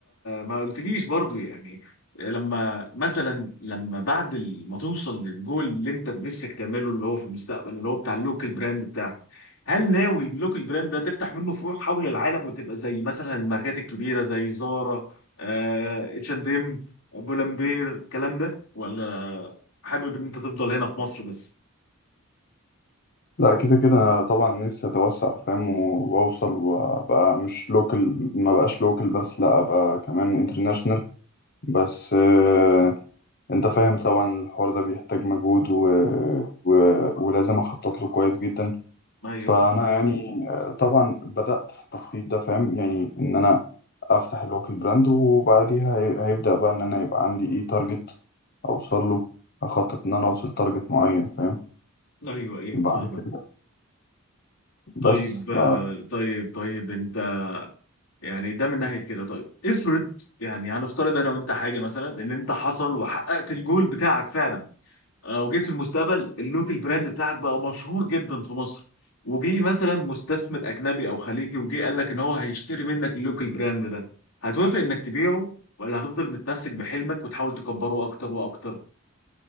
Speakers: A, on the left (about 80°); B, on the left (about 45°).
A: ما قلتليش برضو يعني لما مثلا لما بعد ال- ما توصل للجول اللي انت نفسك تعمله اللي هو في المستقبل اللي هو بتاع اللوكال براند بتاعك هل ناوي اللوكال براند ده تفتح منه فروع حول العالم وتبقى زي مثلا الماركات الكبيرة زي زارا اتش اند ام بولمبير الكلام ده ولا حابب ان انت تفضل هنا في مصر بس
B: لا كده كده أنا طبعا نفسي أتوسع فاهم و- وأوصل وأبقى مش لوكال ما بقاش لوكال بس لا أبقى كمان انترناشونال بس آه، أنت فاهم طبعا الحوار ده بيحتاج مجهود و... و... ولازم أخطط له كويس جدا
A: ايوه
B: فأنا يعني آه، طبعا بدأت في التخطيط ده فاهم يعني إن أنا افتح اللوكال براند وبعديها هي- هيبدأ بقى ان انا يبقى عندي ايه تارجت اوصل له اخطط ان انا اوصل تارجت معين فاهم
A: ايوه ايوه
B: بعد
A: فاهمك
B: كده
A: طيب
B: بس
A: آه،
B: ف...
A: طيب طيب انت يعني ده من ناحيه كده طيب افرض يعني هنفترض انا وانت حاجه مثلا ان انت حصل وحققت الجول بتاعك فعلا آه، وجيت في المستقبل اللوكال براند بتاعك بقى مشهور جدا في مصر وجي مثلا مستثمر اجنبي او خليجي وجي قال لك ان هو هيشتري منك اللوكال براند ده هتوافق انك تبيعه ولا هتفضل متمسك بحلمك وتحاول تكبره اكتر واكتر